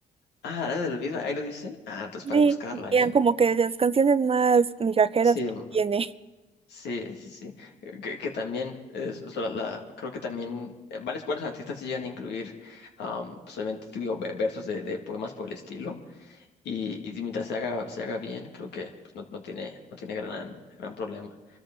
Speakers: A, on the left; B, on the right.
A: Ah, la del Olvido, ahí lo dice. Ah, entonces
B: Sí,
A: para buscarla,
B: eran
A: ¿eh?
B: como que de las canciones más migajeras
A: Sí,
B: que
A: mm,
B: tiene. <laughs>
A: sí, sí, sí. Eh, Que, que también, es, es la, la- creo que también eh, varios, varios artistas sí llegan a incluir, am, solamente, digo, ve- versos de, de poemas por el estilo. Y, y si mientras se haga, se haga bien, creo que pues, no, no tiene, no tiene gran, gran problema.